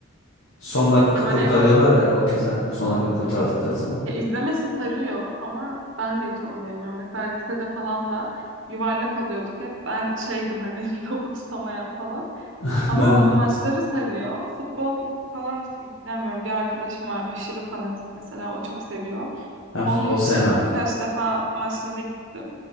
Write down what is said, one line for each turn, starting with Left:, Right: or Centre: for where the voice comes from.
Left: Son dakika
Right: ya
Left: kurtarıyorlar
Right: voleybol
Left: ya o güzel. Son dakika kurtardıkları zaman.
Right: Ya izlemesi sarıyor ama ben de hiç oynayamıyorum. Mesela lisede falan da yuvarlak oluyorduk hep. Ben şeydim hani <laughs> topu tutamayan falan.
Left: <laughs>
Right: Ama
Left: Ben de.
Right: maçları sarıyor. Futbol falan hiç ilgilenmiyorum. Bir arkadaşım var aşırı fanatik mesela o çok seviyor.
Left: Ben futbol
Right: Onun
Left: sevmem.
Right: için birkaç defa maçlara gittim.